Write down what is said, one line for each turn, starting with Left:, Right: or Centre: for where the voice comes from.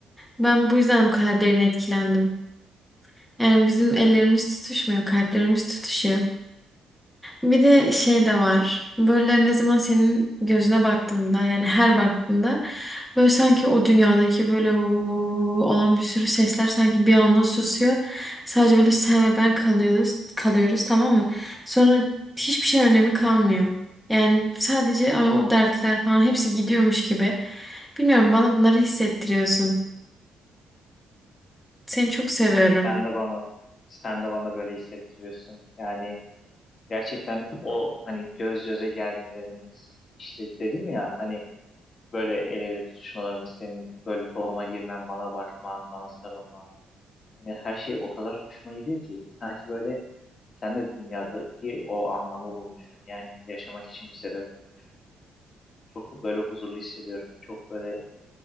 Centre: ben bu yüzden bu kadar derin etkilendim. Yani bizim ellerimiz tutuşmuyor, kalplerimiz tutuşuyor. Bir de şey de var. Böyle ne zaman senin gözüne baktığında yani her baktığında böyle sanki o dünyadaki böyle o olan bir sürü sesler sanki bir anda susuyor. Sadece böyle sen ve ben kalıyoruz, kalıyoruz tamam mı? Sonra hiçbir şey önemi kalmıyor. Yani sadece o o dertler falan hepsi gidiyormuş gibi. Bilmiyorum bana bunları hissettiriyorsun. Seni çok seviyorum.
Left: Sen de bana sen de bana böyle hissettiriyorsun. Yani gerçekten o hani göz göze gelmelerimiz işte dedim ya hani böyle el ele tutuşmalarımız senin böyle koluma girmen, bana bakman, bana sarılman Yani her şey o kadar hoşuma gidiyor ki sanki böyle sen de dünyadaki o anlamı bulmuşum. Yani yaşamak için bir sebep bulmuşum. Çok böyle huzurlu hissediyorum. Çok böyle